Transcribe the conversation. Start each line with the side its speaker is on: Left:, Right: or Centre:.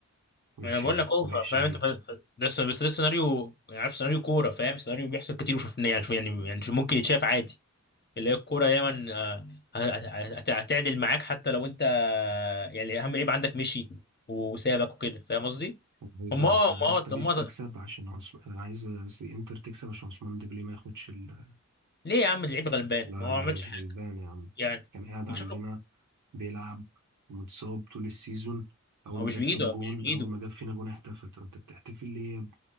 Right: وحشة
Left: انا بقول
Right: دي
Left: لك اوفر
Right: وحشة
Left: فاهم
Right: دي
Left: انت ف... ف- ده س- بس ده سيناريو يعني عارف سيناريو كوره فاهم سيناريو بيحصل كتير وشفناه يعني شوف- يعني يعني ممكن يتشاف عادي اللي هي الكوره دايما آه، هت- هت- هتعدل معاك حتى لو انت آه، يعني اهم لعيب عندك مشي وسابك وكده فاهم قصدي؟
Right: أنا عايز بقى
Left: هم اه
Right: أنا عايز
Left: ما هو
Right: باريس
Left: طب ما
Right: تكسب
Left: هو-
Right: عشان عثمان أنا عايز قصدي إنتر تكسب عشان عثمان ديمبلي ما ياخدش ال...
Left: ليه يا عم اللعيب غلبان
Right: لا
Left: هو ما
Right: لا
Left: عملش
Right: مش
Left: حاجه
Right: غلبان يا عم
Left: يعني
Right: كان قاعد
Left: مش
Right: عندنا
Left: شكله
Right: بيلعب ومتصاب طول السيزون أول
Left: هو
Right: ما
Left: مش
Right: جاب
Left: بايده
Right: فينا جون
Left: مش بايده
Right: أول ما جاب فينا جون احتفل طب أنت بتحتفل ليه يا ابني؟